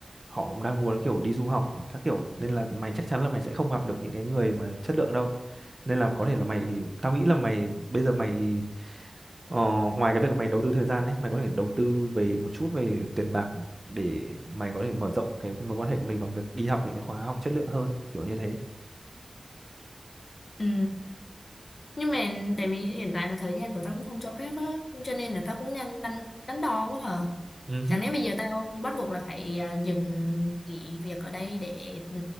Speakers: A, on the right; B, on the left.
A: họ cũng đang muốn kiểu đi du học các kiểu nên là mày chắc chắn là mày sẽ không gặp được những cái người mà chất lượng đâu nên là có thể là mày tao nghĩ là mày bây giờ mày ờ, ngoài cái việc mày đầu tư thời gian ấy mày có thể đầu tư về một chút về tiền bạc để mày có thể mở rộng cái mối quan hệ của mình bằng việc đi học những cái khóa học chất lượng hơn kiểu như
B: Ừ. Nhưng mà tại vì hiện tại là thời gian của tao cũng không cho phép á, cho nên là tao cũng đang đánh đánh đo quá à.
A: thế
B: Chẳng lẽ bây giờ tao bắt buộc là phải à, dừng nghỉ việc ở đây để ừ,